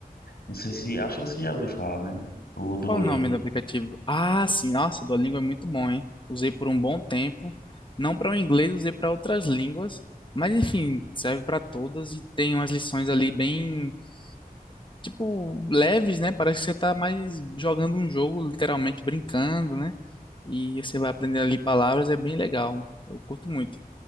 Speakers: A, on the left; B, on the left.
A: Não sei se, acho que você já ouviu falar, né? O Duolingo.
B: Qual o nome do aplicativo? Ah, sim, nossa, Duolingo é muito bom, hein? Usei por um bom tempo, não para o inglês, usei para outras línguas, mas enfim, serve para todas e tem umas lições ali bem, tipo, leves, né? Parece que você tá mais jogando um jogo, literalmente brincando, né? E você vai aprendendo ali palavras, é bem legal. Eu curto muito,